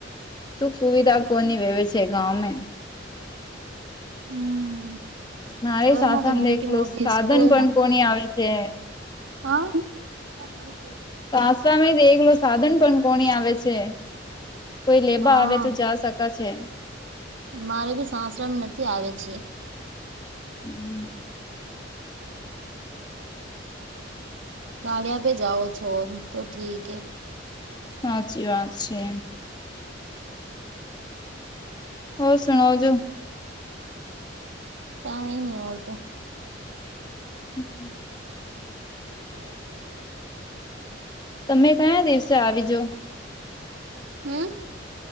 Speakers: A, on the left; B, on the right.
A: સુખ સુવિધા કોની વેવે છે ગાવમે
B: હમ
A: મારે
B: શેરમાં
A: સાસા
B: તો મોટી
A: એકલું
B: મોટી
A: સાધન
B: સ્કૂલ
A: પણ
B: <inaudible>
A: કોની આવે છે
B: હા? હા ઘણી
A: તો આશામે તે એકલો સાધન પણ કોની આવે છે. કોઈ લેબા
B: હા
A: આવે તો જા સકા છે.
B: મારે બી સાસરામા નથી આવે છે.
A: હમ
B: ગાળી આપે જાઓ છોને તો ઠીક હે
A: સાચી વાત છે. હોર સુનાઓ જો?
B: કાઈ ન હો તો.
A: હમ
B: હમ <inaudible>
A: તમે કયા દિવસે આવીજો?
B: હમ?